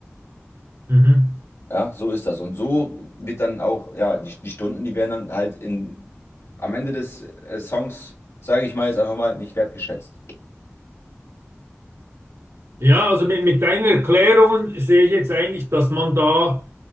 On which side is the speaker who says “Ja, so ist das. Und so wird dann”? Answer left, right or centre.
Left